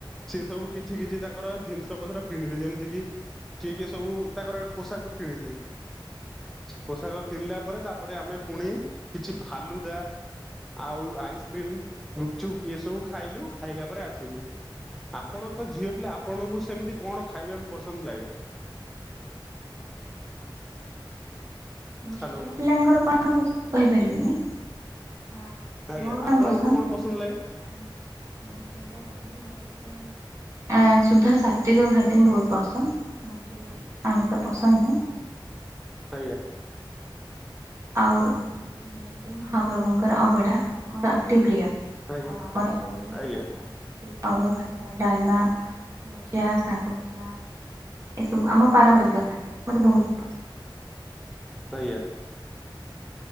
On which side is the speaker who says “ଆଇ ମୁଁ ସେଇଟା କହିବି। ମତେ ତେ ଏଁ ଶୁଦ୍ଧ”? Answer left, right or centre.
Right